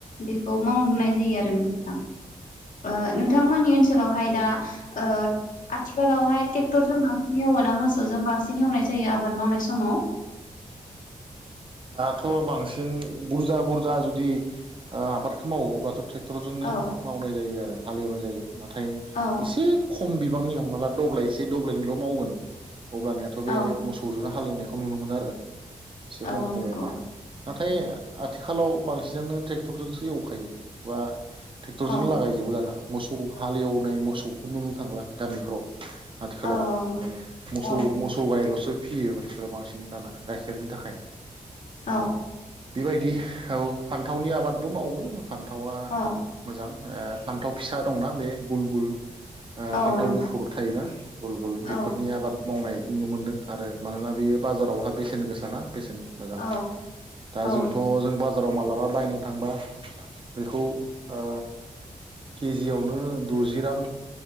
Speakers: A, on the left (about 75°); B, on the right (about 40°).
A: बेखौ मावनाय जायो आरो नों थां ओ नोंथांमोननि ओनसोलावहाय दा ओ आथिखालावहाय टेक्टरजों बांसिन एव ना मोसौजों बांसिन एवनाय जायो आबाद मावनाय समाव?
B: दाथ' बांसिन बुरजा बुरजा जुदि ओ आबादखौ मावोबा अब्लाथ' थे क्टरजोंनो
A: औ
B: मावनाय जायो आरो हालेवनाय जायो नाथाय
A: औ
B: एसे खम बि बांनि हमना ला दब्लाइसे दोब्लाइनै मावगोन अब्लानियाथ बे
A: औ
B: मसौ जों हा हालेवनायखौ नुनो मोन आरो एसे खम
A: औ
B: खमावहा
A: नंगौ
B: नाथाय आथिखालाव बांसिनानो ट्रेक्टरजोंसो एवखायो बा ट्रेक्टरजोंनो
A: औ
B: लागायजोबो दाना मोसौ हालेवनाय मोसौखौ नुनो थांला गामिफ्राव। आथिखालाव
A: औ नंगौ
B: मोसौ
A: औ
B: मोसौ गायल'सै फिसियो मानसिफ्रा बांसिन दाना गाइखेरनि थाखाय
A: औ
B: बेबायदि औ फान्थावनि आबादबो मावो फान्थावा
A: औ
B: मोजां ओ फान्थाव फिसा दंना बे गुल गुल ओ
A: औ
B: फान्थाव
A: नंगौ
B: गुफुर थायोना गल गल बेफोरनि
A: औ
B: आबाद मावनाय नुनो मोनदों आरो मानोना बेयो बाजारावहा बेसेन गोसाना बेसेनक्ष मोजां
A: औ
B: दा
A: औ
B: जोंथ' जों बाजाराव मालाबा बायना थांबा बेखौ ओ केजियावनो द'जि रां